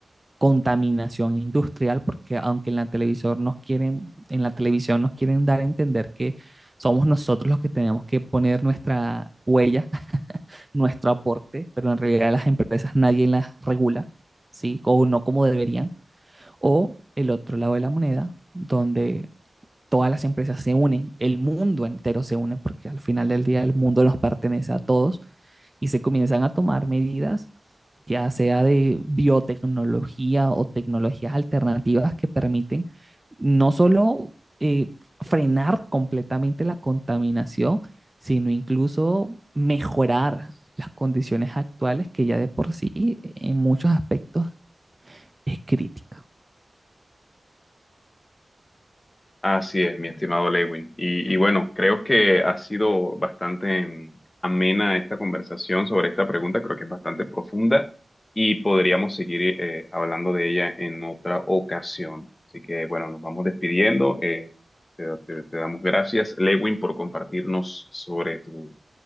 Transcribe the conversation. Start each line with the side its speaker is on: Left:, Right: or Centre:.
Right: contaminación industrial, porque aunque en la televisión nos quieren, en la televisión nos quieren dar a entender que somos nosotros los que tenemos que poner nuestra huella, <laughs> nuestro aporte, pero en realidad las empresas nadie las regula, ¿sí? O no como deberían. O el otro lado de la moneda, donde todas las empresas se unen, el mundo entero se une, porque al final del día el mundo nos pertenece a todos, y se comienzan a tomar medidas, ya sea de biotecnología o tecnologías alternativas que permiten no solo eh, frenar completamente la contaminación, sino incluso mejorar las condiciones actuales que ya de por sí en muchos aspectos es crítica.
Left: Así es, mi estimado Lewin. Y, y bueno, creo que ha sido bastante mm, amena esta conversación sobre esta pregunta, creo que es bastante profunda y podríamos seguir eh, hablando de ella en otra ocasión. Así que bueno, nos vamos despidiendo. eh, te, te- te damos gracias, Lewin, por compartirnos sobre tu,